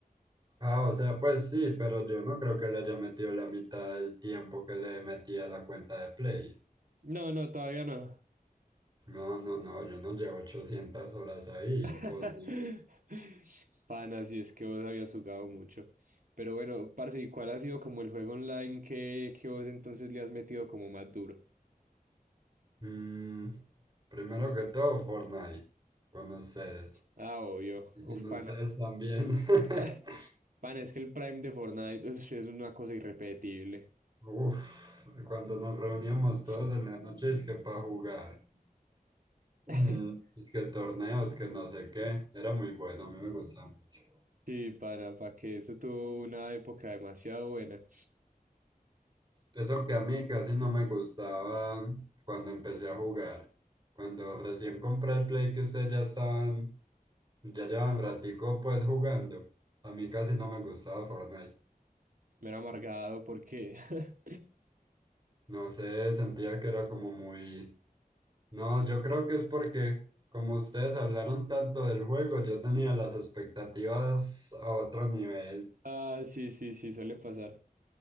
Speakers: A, on the right (about 30°); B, on the right (about 60°).
A: Ah, o sea, pues sí, pero yo no creo que le haya metido la mitad del tiempo que le metí a la cuenta de Play.
B: No, no, todavía no.
A: No, no, no, yo no llevo ochocientas horas ahí,
B: <laughs>
A: imposible.
B: Pana, si es que vos habías jugado mucho. Pero bueno, parce, ¿y cuál ha sido como el juego online que, que vos entonces le has metido como más duro?
A: Mm, primero que todo, Fortnite, con ustedes.
B: Ah, obvio.
A: Y
B: Uf,
A: sin ustedes
B: pana.
A: también. <laughs>
B: <laughs> Pana, es que el Prime de Fortnite uf, es una cosa irrepetible.
A: Uf, cuando nos reuníamos todos
B: Mm.
A: en las noches que para jugar. Mm,
B: <laughs>
A: es que torneos, que no sé qué, era muy bueno, a mí me gustaba mucho.
B: Sí, pana, para que eso tuvo una época demasiado buena.
A: Eso que a mí casi no me gustaba cuando empecé a jugar. Cuando recién compré el Play que ustedes ya estaban, ya llevan ratico pues jugando, a mí casi no me gustaba Fortnite.
B: Me era amargado porque <laughs>
A: No sé, sentía que era como muy... No, yo creo que es porque como ustedes hablaron tanto del juego, yo tenía las expectativas a otro nivel.
B: Ah, sí, sí, sí, suele pasar.